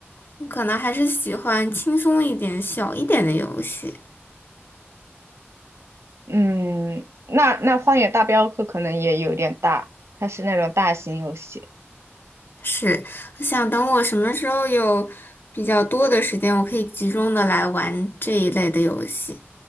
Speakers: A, on the left (about 50°); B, on the right (about 80°).
A: 我可能还是喜欢轻松一点、小一点的游戏。
B: 嗯，那那《荒野大镖客》可能也有点大，它是那种大型游戏。
A: 是，我想等我什么时候有比较多的时间，我可以集中的来玩这一类的游戏。